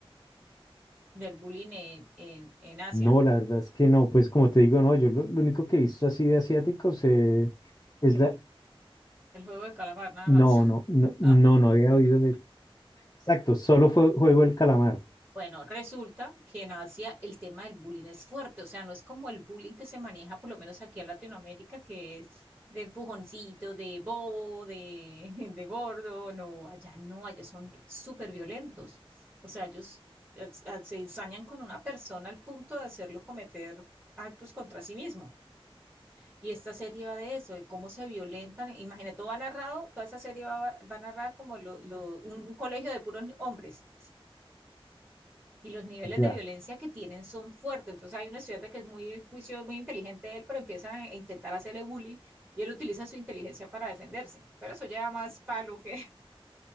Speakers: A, on the right; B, on the left.
A: del bullying en, en, en Asia,
B: No, la verdad es que no, pues como te digo, no, yo lo, lo único que he visto así de asiáticos eh, es la,
A: el juego de calamar, nada
B: No,
A: más.
B: no, no, no,
A: <laughs>
B: no había oído de... Exacto, solo fue Juego del Calamar.
A: Bueno, resulta que en Asia el tema del bullying es fuerte, o sea, no es como el bullying que se maneja, por lo menos aquí en Latinoamérica, que es de empujoncito, de bobo, de, <laughs> de gordo, no, allá no, allá son súper violentos, o sea, ellos eh, eh, se ensañan con una persona al punto de hacerlo cometer actos contra sí mismo. Y esta serie va de eso, de cómo se violentan, imagínate, todo va narrado, toda esa serie va, va narrada como lo- lo- un un colegio de puros hombres y los niveles
B: Ya.
A: de violencia que tienen son fuertes. Entonces hay un estudiante que es muy juicioso, muy inteligente él, pero empieza a intentar hacerle bullying y él utiliza su inteligencia para defenderse. Pero eso ya más palo que...